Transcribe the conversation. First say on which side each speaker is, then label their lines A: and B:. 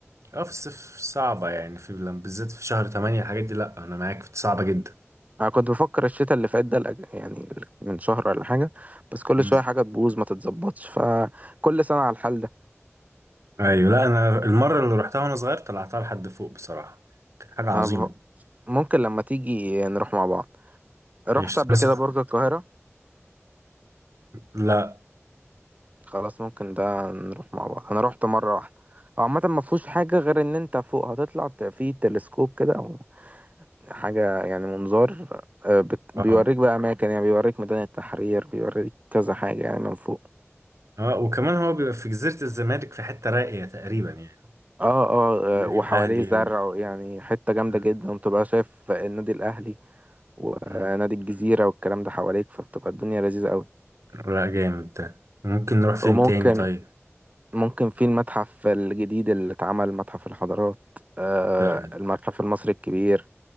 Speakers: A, on the right (about 80°); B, on the right (about 30°).
A: اه في الصيف صعبة يعني في لما- بالذات في شهر تمانية الحاجات دي لأ أنا معاك في صعبة جدا
B: انا كنت بفكر الشتاء اللي فات ده الأج- يعني من شهر ولا حاجه بس كل
A: مم.
B: شويه حاجه تبوظ ما تتظبطش فكل سنه على الحال ده
A: أيوة لأ أنا المرة اللي روحتها وأنا صغير طلعتها لحد فوق بصراحة كانت حاجة عظيمة
B: أنا بف- ممكن لما تيجي نروح مع بعض رحت
A: مش
B: قبل
A: تنسى
B: كده برج القاهرة
A: لأ
B: خلاص ممكن ده نروح مع بعض انا رحت مرة واحدة هو عامة ما فيهوش حاجة غير ان انت فوق هتطلع ت- في تلسكوب كده او حاجة يعني منظار آه، بت-
A: اه
B: بيوريك بقى اماكن يعني بيوريك ميدان التحرير بيوريك كذا حاجة يعني من فوق
A: اه وكمان هو بيبقى في جزيرة الزمالك في حتة راقية تقريبا يعني
B: اه اه
A: النادي
B: آه، وحواليه
A: الأهلي
B: زرع
A: و...
B: يعني حتة جامدة
A: مم.
B: جدا وتبقى شايف النادي الاهلي ونادي
A: مم.
B: الجزيرة والكلام ده حواليك فبتبقى الدنيا لذيذة قوي
A: لأ جامد ده ممكن نروح فين
B: وممكن
A: تاني طيب
B: ممكن في المتحف الجديد اللي اتعمل متحف الحضارات آه
A: ده
B: المتحف المصري الكبير